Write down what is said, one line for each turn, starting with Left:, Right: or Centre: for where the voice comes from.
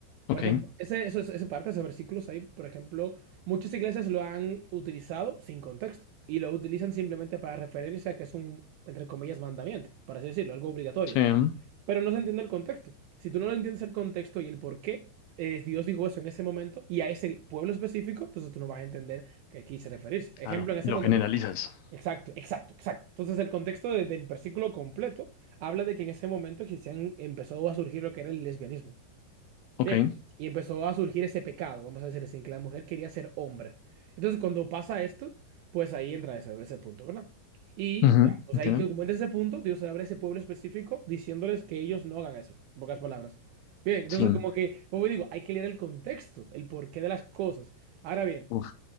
Left: Ok.
Right: Por ejemplo, ese, eso, esa parte, esos versículos ahí, por ejemplo, muchas iglesias lo han utilizado sin contexto y lo utilizan simplemente para referirse a que es un, entre comillas, mandamiento, por así decirlo, algo obligatorio.
Left: Sí.
Right: Pero no se entiende el contexto. Si tú no lo entiendes el contexto y el por qué eh, Dios dijo eso en ese momento y a ese pueblo específico, entonces tú no vas a entender a qué quise referirse. Ejemplo,
Left: Claro.
Right: en ese
Left: Lo
Right: momento,
Left: generalizas.
Right: exacto, exacto, exacto. Entonces el contexto de- del versículo completo habla de que en ese momento existían, empezó a surgir lo que era el lesbianismo.
Left: Ok.
Right: Bien, y empezó a surgir ese pecado, vamos a decir así, en que la mujer quería ser hombre. Entonces, cuando pasa esto, pues ahí entra ese, ese punto, ¿verdad? Y
Left: ujú,
Right: ya, pues
Left: ¿Entiendo?
Right: ahí, que como entra ese punto, Dios se abre a ese pueblo específico diciéndoles que ellos no hagan eso, en pocas palabras. Bien, entonces
Left: Sí.
Right: como que, como digo, hay que leer el contexto, el porqué de las cosas. Ahora bien,
Left: Uf.